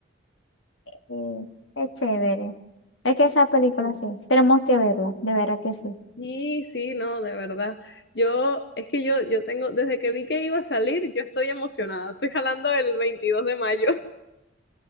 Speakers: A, on the left; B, on the left.
A: Sí, es chévere. Es que esa película
B: Sí,
A: sí, tenemos que verla, de verdad que sí.
B: sí, sí, no, de verdad. Yo, es que yo, yo tengo, desde que vi que iba a salir, yo estoy emocionada. Estoy jalando el 22 de mayo. <laughs>